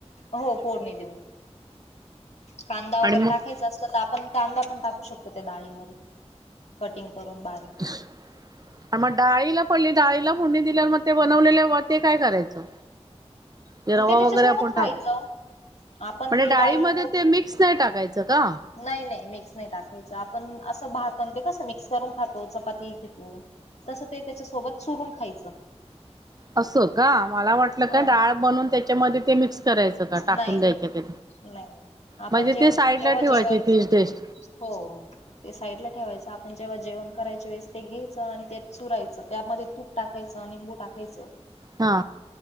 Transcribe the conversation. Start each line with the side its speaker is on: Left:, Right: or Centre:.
Left: हो फोडणी देऊन. कांदा वगैरे
Right: आणि मग
Left: टाकायचा असल तर आपण.. कांदा पण टाकू शकतो त्या डाळीमध्ये कटिंग करून बारीक.
Right: <unintelligible> मग डाळीला पहिली डाळीला फोंडी दिल्यावर मग ते बनवले वा ते काय करायचं? ते रवा
Left: आणि त्याच्यासोबत
Right: वगैरे आपण
Left: खायचं.
Right: टाका
Left: आपण
Right: म्हणजे
Left: ते
Right: डाळीमध्ये
Left: डाळीला फोडणी
Right: ते मिक्स नाही टाकायचं का?
Left: नाही नाही मिक्स नाही टाकायचं आपण असं पाहत ना ते कसं मिक्स करून खातो चपाती घेतो. तसं ते त्याच्यासोबत चुरून खायचं
Right: असं का मला वाटलं
Left: हो
Right: का डाळ बनून त्याच्यामध्ये ते मिक्स करायच का टाकून
Left: नाही नाही
Right: द्यायच्या का
Left: नाही. आपण
Right: म्हणजे
Left: जेव
Right: ते साईड
Left: जेव्हा
Right: ला ठेवायचे
Left: जेवायला
Right: ती डिश..
Left: हो हो. ते साईडला ठेवायचं आपण जेव्हा जेवण क रायचे वेळेस ते घ्यायचं आणि ते चुरायचं त्यामध्ये तूप टाकायचं निंबू टाकायचं.
Right: हा.